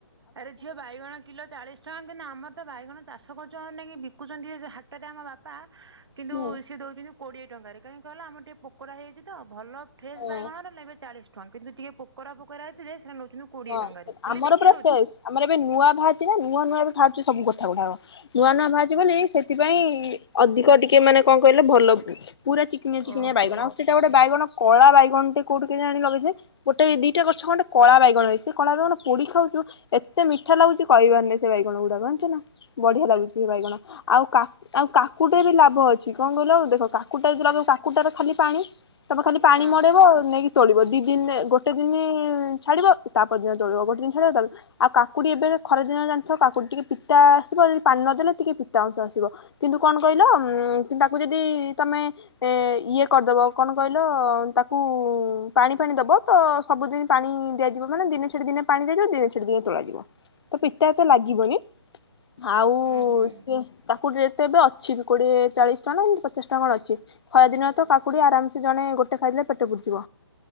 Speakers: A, on the right (about 70°); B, on the left (about 65°).
A: ଆରେ ଝିଅ ବାଇଗଣ କିଲୋ ଚାଳିଶ ଟଙ୍କା କିନ୍ତୁ ଆମର ତ ବାଇଗଣ ଚାଷ କରୁଛନ୍ତି ନକ କି ବିକୁଛନ୍ତି ହାଟରେ ଆମ ବାପା କିନ୍ତୁ
B: ହୁଁ
A: ସେି ଦଉଛନ୍ତି କୋଡିଏ ଟଙ୍କାରେ କାହିଁ କହିଲ ଆମର ଟିକେ ପୋକୋରାଇାଇଛି ତ ଭଲ ଫ୍ରେଶ
B: ହଁ
A: ବାଇଗଣରେ ନେବେ ଚାଳିଶା ଁ କିନ୍ତୁ ଟିକେ ପୋକରା ପରାଇ ଥିଲେ ସେ ୁ କୋଡିଏ
B: ହଁ
A: ଟଙ୍କାରେ ହେଲେ
B: ଆମର
A: ବିକି
B: ପୁରା
A: ଦଉଛୁ
B: ଫ୍ରେଶ୍ ଆମର ଏବେ ନୂଆ ଭାଜି ନା ନୂଆ ନୂଆ ବି ଖାଉଛି ସବୁ କଥା ଗୁଡାକ ନୂଆ ନୂଆ ଭାଜି ବୋଲି ସେଥିପାଇଁ ଅଧିକ ଟିକେ ମାନେ କଣ କହିଲେ ଭଲ ହୁ ପୁର ଚିକି ଚିକିଆ
A: ଓହୋ
B: ବାଇଗଣ ଆଉ ସେଟ ଗୋଟ ବାଇଗଣ କଳା ବାଇଗଣ ଟେ କୋଉଠି କେ ଜଣିଲ କି ଯେ ଗୋଟେ ଦିଟା ଗଛ ଗଟେ କଳା ବାଇଗଣ ହେଇଛି ସେ କଳା ବାଇଗଣ ପୋଡି ଖାଉଛୁ ଏତେ ମିଠା ଲାଗୁଛି କହିବାରନି ସେ ବାଇଗଣ ଗୁଡା ଜଣିଛ ନା ବଢିଆ ଲାଗୁଛି ସେ ବାଇଗଣ ଆଉା ଆଉ କାକୁଟେ ବି ଲାଭ ଅଛି କଣ କହିଲ ଆଉ ଦେଖ କାକୁଟା ଯି ଲାଭ କାକୁଟାର ଖାଲି ପାଣି ତମେ ଖାଲି ପାଣି
A: ହଁ
B: ମଡେଇବ ନେଇକି ଚଳିବ ଦି ଦିନ ଗୋଟେ ଦିନ ଛାଡିବ ତା ପରଦିନ ତୋଳିବ ଗୋଟେ ଜିନିଷ ହେ ଆଉ କାକୁଡ଼ି ଏବେ ଖରାଦିନ ଜାଣିଥିବ କାକୁଡି ଟିକେଏ ପିତା ଆସିବ ଯଦି ପାଣି ନଦେଲେ ଟିକେ ପିତା ଅଂଶ ଆସିବ କିନ୍ତୁ କଣ କହିଲ ତାକୁ ଯଦି ତମେ ଇଏ କରିଦବ କଣ କହିଲ ତାକୁ ପାଣି ଫାଣି ଦବ ତ ସବୁଦିନ ପାଣି ଦିଆ ମାନେ ଦିନେ ଛଡି ଦିନେ ପାଣି ଦଯିବ ଦିନେ ଛଡି ଦିନ ତୋଳାାଯିବ ତ ପିତାା ଏତେ ଲାଗିବନି ଆଉ
A: ହୁଁ ହୁଁ
B: ସିଏ ତାକୁ ଟେ େ ଏବେ ଅଛି କୋଡିଏ ଚାଳିଶ ଟଙ୍କା ଏମିତି ପଚାଶ ଟଙ୍କା ଅଛି ଖରା ଦିନରେ ତ କାକୁଡି ଆରାମସେ ଜଣେ ଗୋଟେ ଖାଇଦଲେ ପେଟ ବୁଡିଯିବ